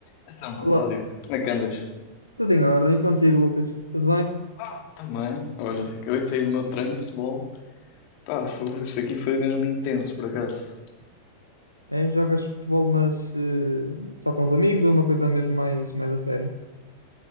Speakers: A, on the left; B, on the left.
A: Então,
B: Olá,
A: Cláudio, como é que andas?
B: tudo em ordem contigo, Lucas? Tudo bem?
A: Ah, também. Olha, acabei de sair do meu treino de futebol. Pá, fogo, isto aqui foi mesmo intenso, por acaso.
B: É, jogas futebol, mas eh, só com os amigos ou uma coisa mesmo mais, mais a sério?